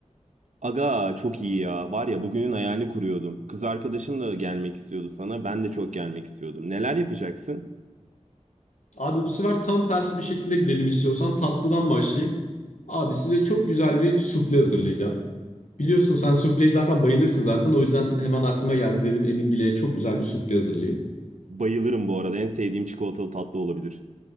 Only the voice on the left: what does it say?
Abi bu sefer tam tersi bir şekilde gidelim istiyorsan tatlıdan başlayayım. Abi size çok güzel bir sufle hazırlayacağım. Biliyorsun sen sufleyi zaten bayılırsın zaten. O yüzden hemen aklıma geldi dedim Emingil'e çok güzel bir sufle hazırlayayım.